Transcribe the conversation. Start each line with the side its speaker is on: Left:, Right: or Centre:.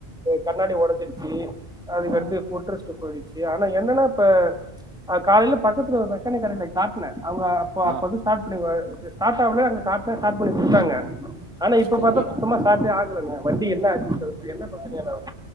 Centre: கண்ணாடி ஒடஞ்சு அதுகடுது
Right: ஆ
Centre: ஃபுட்ரஸ்ட் <unintelligible> ஆனா என்னனா இப்ப அ காலில
Right: ஆ
Centre: பக்கதுல ஒருதங் மெக்கானிக்கல் கடைல காட்ன அவ்ங்க அப்ப அப்ப
Right: ஆ
Centre: வந்து ஸ்டார்ட் பண்ணிக்வாரு ஸ்டார்ட் ஆவ்ல அங்க காட்ன ஸ்டார்ட் பண்ணி கொடுத்தாங்க ஆனா இப்ப
Right: சரி
Centre: பார்த்த சுத்தமா ஸ்டார்ட் ஆகல ண்ணா வண்டி என்ன ஆச்சு <unintelligible>